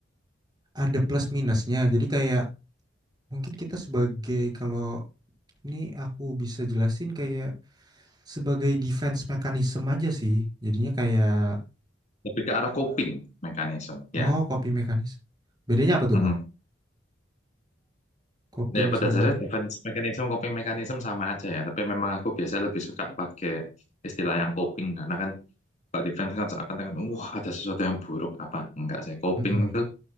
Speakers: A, on the right; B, on the left.
A: ada plus minusnya. Jadi kayak mungkin kita sebagai kalau ini aku bisa jelasin kayak sebagai defense mechanism aja sih. Jadinya kayak,
B: lebih ke arah coping mekanisme
A: oh
B: ya
A: coping mechanism. Bedanya apa tuh
B: Mm-mm.
A: kok? Coping
B: Ya, pada
A: sama
B: dasarnya defense mechanism, coping mechanism sama aja ya. Tapi memang aku biasanya lebih suka pakai istilah yang coping. Karena kan kalau defense kan seakan-akan, kan, wah ada sesuatu yang buruk. Apa? Enggak sih. Coping
A: mhm.
B: itu